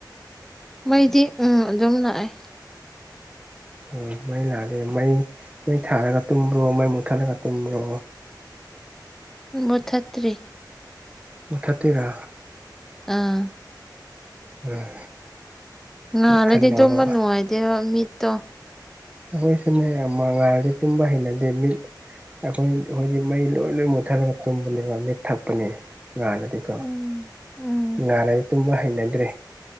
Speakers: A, in the centre; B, on the right.
A: ꯃꯩꯗꯤ ꯎꯝ ꯑꯗꯨꯝ ꯂꯥꯛꯑꯦ꯫
B: ꯎꯝ ꯃꯩ ꯂꯥꯛꯑꯗꯤ ꯃꯩ ꯃꯩ ꯊꯥꯔꯒ ꯇꯨꯝꯕ꯭ꯔꯣ ꯃꯩ ꯃꯨꯠꯊꯠꯂꯒ ꯇꯨꯝꯕ꯭ꯔꯣ
A: ꯃꯨꯊꯠꯇ꯭ꯔꯤ
B: ꯃꯨꯊꯠꯇꯣꯏꯔꯥ
A: ꯑꯥ
B: ꯎꯝ
A: ꯉꯍꯥꯜꯂꯗꯤ
B: ꯃꯈꯜ ꯑꯃ
A: ꯇꯨꯝꯕ ꯅꯨꯡꯉꯥꯏꯇꯦꯕ ꯃꯤꯠꯇꯣ
B: ꯑꯈꯣꯏꯁꯨꯅꯦ ꯉꯥꯜꯂꯗꯤ ꯇꯨꯝꯕ ꯍꯩꯅꯗꯦ ꯃꯤꯠ ꯑꯩꯈꯣꯏ ꯑꯈꯣꯏꯗꯤ ꯃꯩ ꯂꯣꯏ ꯂꯣꯏ ꯃꯨꯠꯊꯠꯂꯒ ꯇꯨꯝꯕꯅꯦꯕ ꯃꯤꯠ ꯊꯛꯄꯅꯦ ꯉꯥꯜꯂꯗꯤꯀꯣ
A: ꯎꯝ ꯎꯝ
B: ꯉꯥꯜꯂꯗꯤ ꯇꯨꯝꯕ ꯍꯩꯅꯗ꯭ꯔꯦ